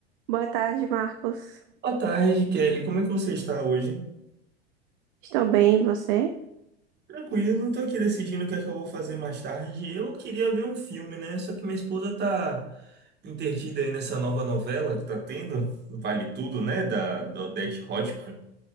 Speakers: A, on the right; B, on the right.
A: Boa tarde, Marcos.
B: Boa tarde, Kelly. Como é que você está hoje?
A: Estou bem, e você?
B: Tranquilo, não estou aqui decidindo o que é que eu vou fazer mais tarde. Eu queria ver um filme, né? Só que minha esposa tá entretida aí nessa nova novela que tá tendo, Vale Tudo, né? Da, da Odete Roitman.